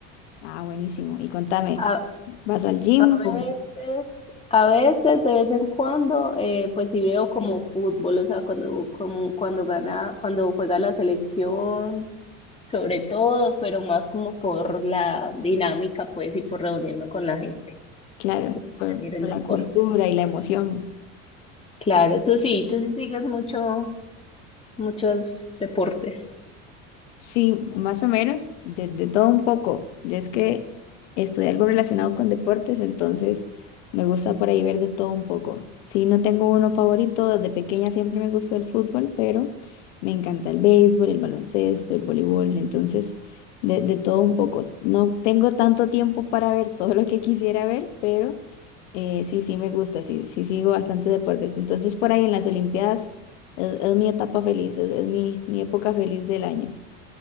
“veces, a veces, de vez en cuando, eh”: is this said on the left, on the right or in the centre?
Left